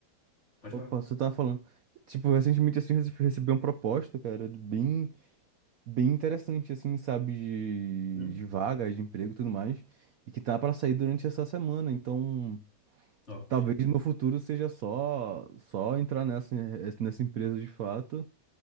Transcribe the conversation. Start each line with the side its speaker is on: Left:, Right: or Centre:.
Left: pode
Right: Opa,
Left: falar.
Right: você tava falando. Tipo, recentemente, assim, rece- recebi uma proposta, cara, de bem, bem interessante, assim, sabe, de,
Left: Hum,
Right: de vaga, de emprego e tudo mais, e que tá pra sair durante essa semana. Então,
Left: top,
Right: talvez no meu futuro seja só, só entrar nessa, nessa empresa de fato